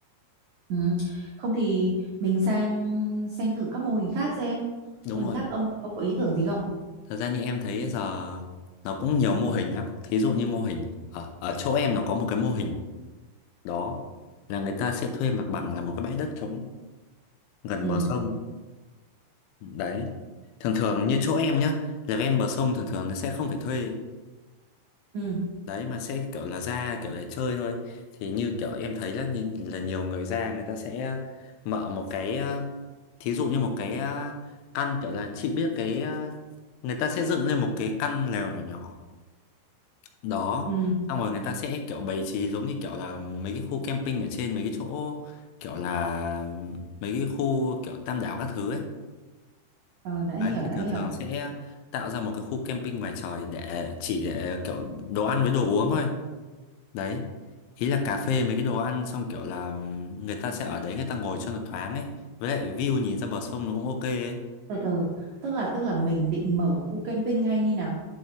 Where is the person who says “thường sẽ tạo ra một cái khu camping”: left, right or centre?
Left